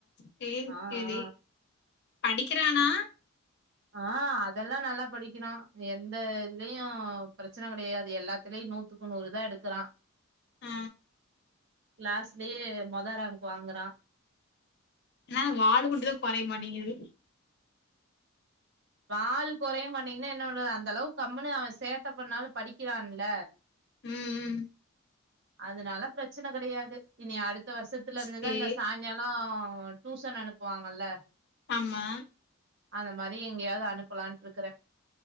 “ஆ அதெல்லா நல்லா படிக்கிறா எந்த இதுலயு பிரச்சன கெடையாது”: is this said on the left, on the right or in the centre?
Right